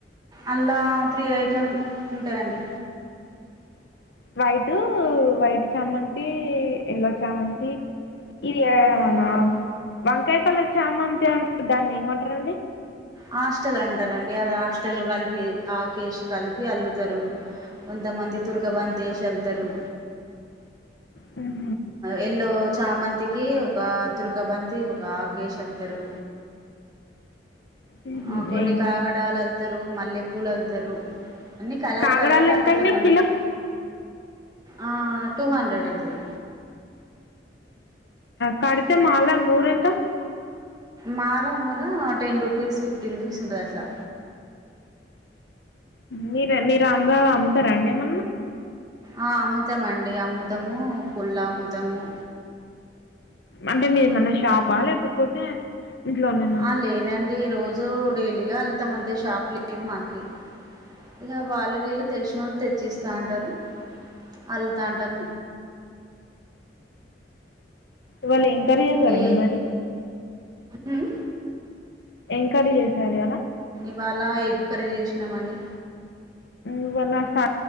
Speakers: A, on the right (about 25°); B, on the left (about 65°).
A: అల్లా త్రీ ఐటెం ఉంటదండి
B: వైట్ వైట్ చామంతి యెల్లో చామంతి ఇది ఎమనా
A: హ్మ్.
B: వంక కలర్ చామ అంతే ఉంటారు దాన్ని ఏమంటారండి
A: హాస్టల్ అంటారండి అది హాస్టల్ కలిపి ఆకష్ కలిపి అల్లుతారు కొంతమంది తురకబంతి వేసి వెళ్తారు
B: మ్
A: యెల్లో చామంతి కి ఒక తుర్కబంతి ఒక ఆకేశెల్తారు
B: హుహు.
A: ఆ కొన్ని
B: ఈ
A: కాగడాలళ్తారు మళ్ళీ పూలలుతరు అన్నీ కలరు
B: కాగడాలెంతండి
A: కలరు అల్లుతామండి
B: కిలో?
A: ఆ టూ హండ్రెడ్ అయితుది
B: కడితే మాల నూరెంత
A: మాల మూర టెన్ రూపీస్ ఫిఫ్టీ రూపీస్ ఉంటంది అట్లా
B: మీర మీరు అందా అమ్ముతారాండి ఏమన్నా
A: ఆ అముతం అండి అముతము కుళ్ల్ళ అముదము
B: అంటే మీరు ఏమన్నా షాపా లేకపోతే ఇంట్లోనేనా?
A: ఆ లేదండి రోజు అూడేలిగా అళ్ తమంట షాపు మాకి ఇలా వాళ్ళ వీళ్ళలు తెలిసిన వాళ్ళ తెచ్చిస్తా అంటారు అల్లు తాటం
B: వాలే ఇం ఎంకవరీ చేశారండి
A: ఏ
B: మరి
A: ఉమ్,
B: ఎంక్వరీ చేశారు అలా
A: ఇవాళ ఎగ్గు కర్రీ చేసినామండి
B: ఇవాళ స